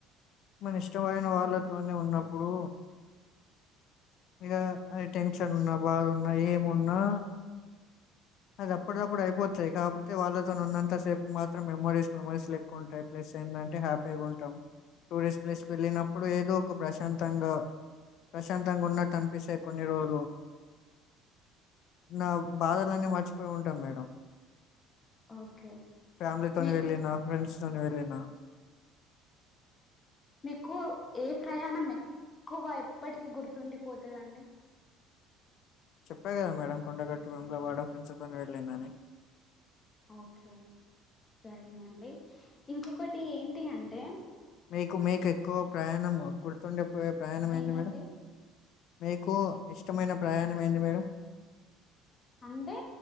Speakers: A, on the left; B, on the left.
A: మన ఇష్టమైన వాళ్ళతోనే ఉన్నప్పుడు ఇగ అది టెన్షన్ ఉన్నా బాధన్నా ఏమున్నా అది అప్పుడప్పుడు అయిపోతాయి కాకపోతే వాళ్ళతో ఉన్నంత సేపు మాత్రం మెమరీస్ మెమరీస్ ఎక్కువ ఉంటాయి ప్లస్ స్ ఎందంటే హ్యాపీగా ఉంటాం టూరిస్ట్ ప్లేస్ కు వెళ్ళినప్పుడు ఏదో ఒక ప్రశాంతంగా ప్రశాంతంగా ఉన్నట్టు అనిపిస్తయి కొన్ని రోజులు నా బాధలన్నీ మర్చిపోయి ఉంటాం మేడం
B: ఓకే
A: ఫ్యామిలీతోని
B: మీ
A: వెళ్ళిన ఫ్రెండ్స్ తోని వెళ్ళినా
B: మీకు ఏ ప్రయాణం ఎక్కువ ఎప్పటికి గుర్తుండి పోతది అండి
A: చెప్పా కదా మేడం కొండగట్టు వెముల వాడ ఫ్రెండ్స్ తోని వెళ్ళిందని
B: ఓకే సరేనండి ఇంకొకటి ఏంటి అంటే
A: మీకు మీకు ఎక్కువ ప్రయాణం గుర్తుండిపోయే ప్రయాణం ఏంది
B: ఏంటండి
A: మేడం మీకు ఇష్టమైన ప్రయాణం ఏంది మేడం
B: అంటే